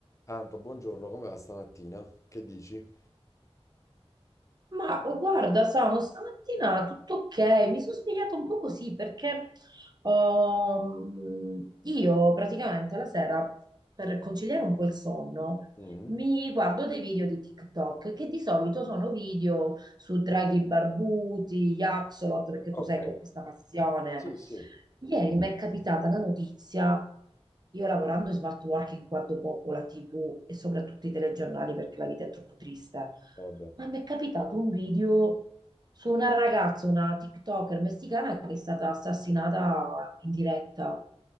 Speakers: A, on the left (about 30°); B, on the right (about 40°).
A: Anto, buongiorno, come va stamattina? Che dici?
B: Ma oh, guarda, Samu, stamattina tutto ok, mi sono svegliata un po' così perché ehm, io praticamente la sera per conciliare un po' il sonno
A: Mm,
B: mi guardo dei video di TikTok che di solito sono video su draghi barbuti, gli Axolot, perché
A: Ok,
B: tu sai che ho questa passione
A: sì, sì,
B: Ieri mi è capitata la notizia, io lavorando in smart working guardo poco la TV e soprattutto i telegiornali perché la vita è troppo triste,
A: vabbè.
B: ma mi è capitato un video su una ragazza, una TikToker messicana che è stata assassinata in diretta.